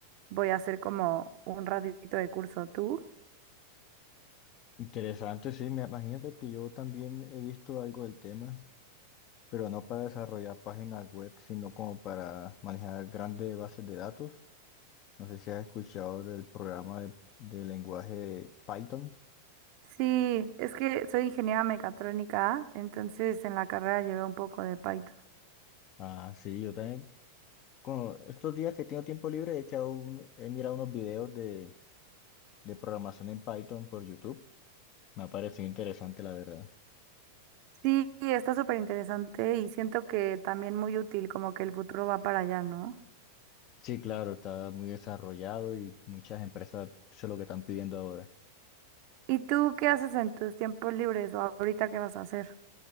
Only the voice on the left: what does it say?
Interesante, sí. Me imagínate que yo también he visto algo del tema, pero no para desarrollar páginas web, sino como para manejar grandes bases de datos. No sé si has escuchado del programa de, de lenguaje Python.
Ah, sí, yo también. Con estos días que tengo tiempo libre, he echado un- he mirado unos videos de de programación en Python por YouTube. Me ha parecido interesante, la verdad.
Sí, claro, está muy desarrollado y muchas empresas eso es lo que están pidiendo ahora.